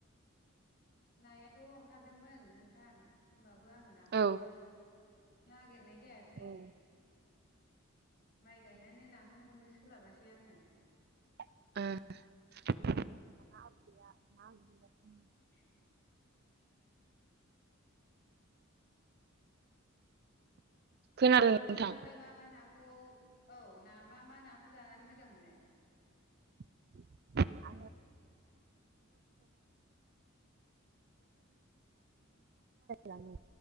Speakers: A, on the left; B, on the right.
A: नायाथ' ओंखारदोंमोन नोंथां। होमबाबो आङो नाखौनो
B: औ
A: नागिर हरनाय जायासै।
B: ओ
A: माइ गायनानै नाखौनो हमनो सोलाबासै आङो।
B: <unintelligible>
A: <unintelligible>
B: खोनादों नोंथां
A: नोंथाङालाय मा मा नाखौ औ ना मा मा नाखौ जानानै मोजां मोनो?
B: <unintelligible> <inaudible> <unintelligible> <inaudible> ‌ लाङो